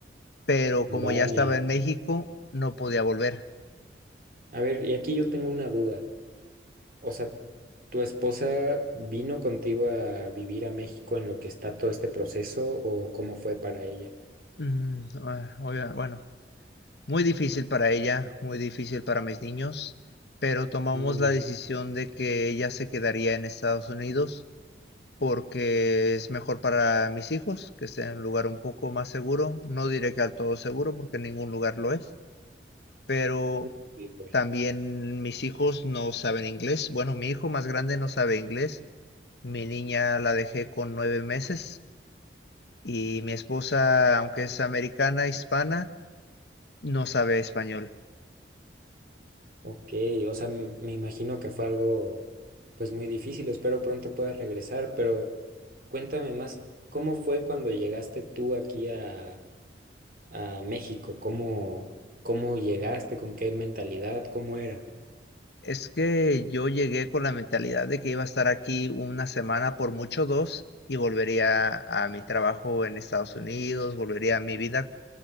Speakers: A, on the left; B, on the right.
A: Pero
B: Vale.
A: como ya estaba en México, no podía volver.
B: A ver, y aquí yo tengo una duda. O sea, ¿tu esposa vino contigo a vivir a México en lo que está todo este proceso o cómo fue para ella?
A: Mm, ah, oiga, bueno. Muy difícil para ella, muy difícil para mis niños, pero tomamos
B: Mm,
A: la decisión de que ella se quedaría en Estados Unidos porque es mejor para mis hijos que esté en un lugar un poco más seguro. No diré que al todo seguro porque ningún lugar lo es, pero
B: no, bien, bueno.
A: también mis hijos no saben inglés. Bueno, mi hijo más grande no sabe inglés. Mi niña la dejé con nueve meses y mi esposa, aunque es americana, hispana, no sabe español.
B: Ok, o sea, m- me imagino que fue algo pues muy difícil. Espero pronto puedas regresar, pero cuéntame más, ¿cómo fue cuando llegaste tú aquí a, a México? ¿Cómo, cómo llegaste? ¿Con qué mentalidad? ¿Cómo era?
A: Es que yo llegué con la mentalidad de que iba a estar aquí una semana, por mucho dos, y volvería a mi trabajo en Estados Unidos, volvería a mi vida